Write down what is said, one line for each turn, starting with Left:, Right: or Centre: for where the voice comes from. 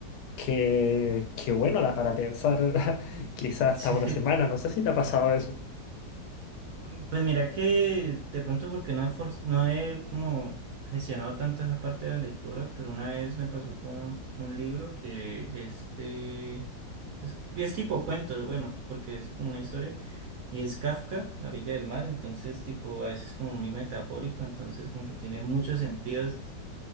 Left: que, que bueno, da para pensar <laughs> quizás hasta
Right: <laughs>
Left: una semana, no sé si te ha pasado eso.
Right: Mm, Pues mira que de pronto porque no he, for- no he como gestionado tanto esa parte de la lectura, pero una vez me pasó con un libro que este es, es tipo cuento, bueno, porque es como una historia, y es Kafka, La orilla del mar, entonces tipo a veces como muy metafórico, entonces como que tiene muchos sentidos